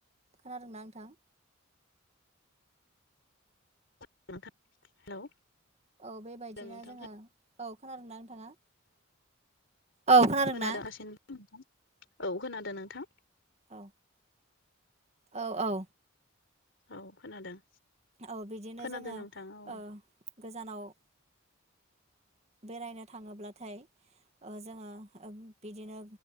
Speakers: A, on the right (about 30°); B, on the left (about 60°).
A: खोनादोंना नोंथां?
B: नोंथां हेलौ।
A: औ बेबायदिनो
B: नोंथां
A: जोङो औ खोनादोंना नोंथाङा? औ खोनादोंना
B: खोनादों <unintelligible> नोंथां औ खोनादों नोंथां।
A: औ औ औ।
B: औ खोनादों।
A: औ बिदिनो
B: खोनादों
A: जोङो
B: नोंथां औ
A: ओ‌ गोजानाव बेरायनो थाङोब्लाथाय ओ जोङो बिदिनो